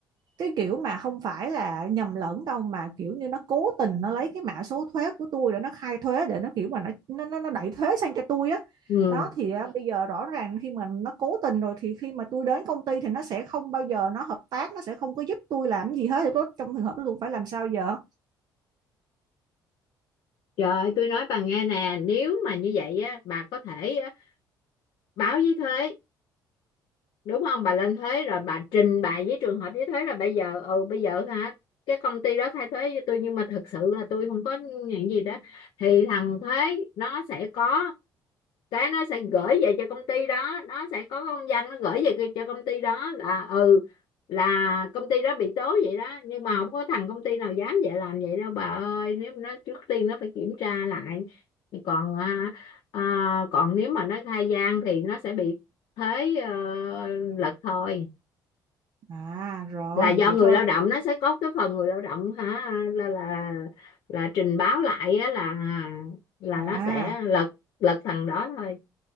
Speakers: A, on the right; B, on the left.
A: cái kiểu mà không phải là nhầm lẫn đâu mà kiểu như nó cố tình nó lấy cái mã số thuế của tôi để nó khai thuế để nó kiểu mà nó nó nó nó đẩy thuế sang cho tôi á.
B: ừ
A: Đó thì á, bây giờ rõ ràng khi mà nó cố tình rồi thì khi mà tôi đến công ty thì nó sẽ không bao giờ nó hợp tác, nó sẽ không có giúp tôi làm gì hết thì tôi trong trường hợp đó tôi phải làm sao giờ?
B: trời ơi tôi nói bà nghe nè nếu mà như vậy á bà có thể á, báo với thuế đúng không bà lên thuế rồi bà trình bày với trường hợp với thuế là bây giờ ừ bây giờ hả cái công ty đó khai thuế với tôi nhưng mà thật sự là tôi không có nhận gì đó thì thằng thuế nó sẽ có cái nó sẽ gửi về cho công ty đó nó sẽ có công văn nó gửi về cho công ty đó là ừ là công ty đó bị tố vậy đó nhưng mà không có thằng công ty nào dám vậy làm vậy đâu bà ơi nếu mà nó trước tiên nó phải kiểm tra lại còn à, à, còn nếu mà nó khai gian thì nó sẽ bị thế ờ, lật thôi
A: À rồi,
B: là do
A: vậy
B: người
A: thôi.
B: lao động nó sẽ có cái phần người lao động hả là là là trình báo lại á, là là
A: À,
B: nó sẽ lật lật thằng đó thôi